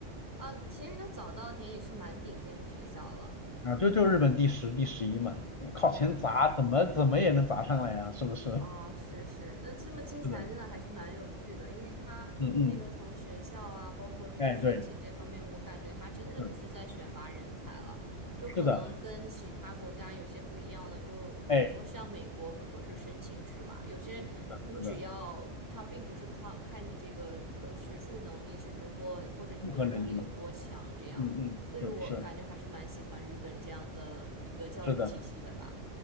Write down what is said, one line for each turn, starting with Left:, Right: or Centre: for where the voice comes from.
Right: 啊，其实那早稻田也是蛮顶尖的学校了。
Left: 啊，就就日本第十、第十一嘛，你靠钱砸，
Right: 嗯。
Left: 怎么怎么也能砸上来呀、是不是？
Right: 啊，
Left: <laughs>
Right: 是是，那这么听起来真的还是蛮有趣的，
Left: 是的，
Right: 因为他这个从学校啊，
Left: 嗯嗯，
Right: 包括这个申请这方面，
Left: 哎，对，
Right: 我感觉他真的就是在选拔人才了，
Left: 是
Right: 就可能跟其他国家有些不一样的，
Left: 是的，
Right: 就很多像美国很多是申请制嘛，
Left: 哎，是
Right: 有些你只要他并不是靠看你这个呃学术能力，
Left: 的，是的，
Right: 甚至或或者你个人能力有多强这样，
Left: 综合能力嘛，嗯嗯，
Right: 所以我感觉还是蛮喜欢日本这样的一个教育体系的吧。
Left: 是是是的，